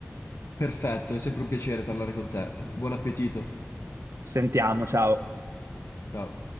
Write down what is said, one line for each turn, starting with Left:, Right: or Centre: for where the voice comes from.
Left: Perfetto, è sempre un piacere parlare con te. Buon appetito.
Right: Ci Sentiamo, ciao.
Left: Ciao.